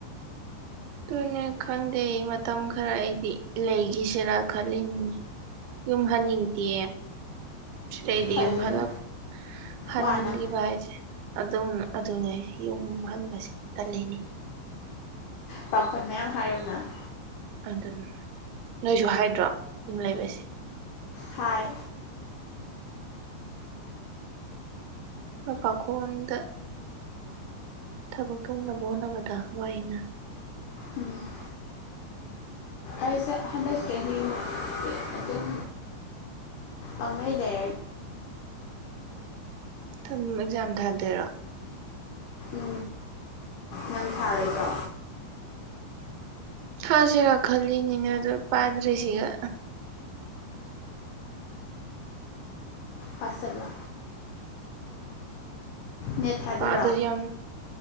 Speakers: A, on the right; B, on the left.
A: ꯑꯗꯨꯅꯦ ꯈꯪꯗꯦ ꯑꯩ ꯃꯇꯝ ꯈꯔ ꯑꯩꯗꯤ ꯂꯩꯈꯤꯁꯤꯔꯥ ꯈꯜꯂꯤꯅꯤꯅꯦ ꯌꯨꯝꯍꯟꯅꯤꯡ ꯅꯤꯡꯇꯤ ꯁꯤꯗꯤꯨ
B: ꯄꯜꯂꯨꯅꯨ
A: ꯍꯂ ꯍꯪꯒꯤ
B: ꯋꯥꯅ
A: ꯄ ꯍꯥꯏꯁꯦ ꯑꯗꯨꯝ ꯑꯗꯨꯅꯦ ꯌꯨꯝ ꯍꯟꯕꯁꯤ ꯇꯜꯂꯤꯅꯤ
B: ꯄꯥꯈꯣꯟ ꯃꯌꯥꯝ ꯍꯥꯏꯔꯒꯅ
A: ꯑꯗꯨ ꯅꯣꯏꯁꯨ ꯍꯥꯏꯗ꯭ꯔꯣ ꯌꯨꯝ ꯂꯩꯕꯁꯦ
B: ꯍꯥꯏ
A: ꯑ ꯄꯥꯀꯗ ꯊꯕꯛ ꯊꯣꯧꯅꯕꯣꯕꯗꯥꯛ ꯋꯥꯏꯅ
B: ꯎꯝ ꯑꯩꯁꯦ ꯍꯟꯗꯛ ꯆꯍꯤ ꯍ ꯑꯗꯨꯝ ꯄꯉꯗ
A: ꯊ ꯑꯦꯛꯖꯥꯝ ꯊꯥꯗꯔꯣ
B: ꯎ ꯅꯪ ꯊꯥꯔꯣꯏꯀꯣ
A: ꯊꯥꯁꯤꯔꯥ ꯈꯜꯂꯤꯅꯤꯅ ꯑꯗꯨ ꯄꯥꯗ꯭ꯔꯤꯁꯤꯒ
B: ꯐꯁꯜꯂ ꯅꯦꯠ ꯊꯥꯗꯣꯏꯔꯣ
A: ꯄ ꯑꯗꯨꯁꯨ ꯌꯥꯝ